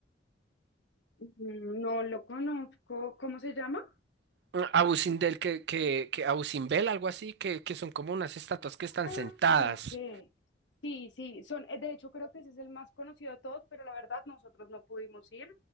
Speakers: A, on the left; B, on the right.
A: Mm, No lo conozco, ¿cómo se llama?
B: Ah, Ausindel, que, que, que Ausimbel, algo así, que, que son como unas estatuas que están
A: Ah,
B: sentadas.
A: ya sé. Sí, sí, son, eh, de hecho creo que ese es el más conocido de todos, pero la verdad nosotros no pudimos ir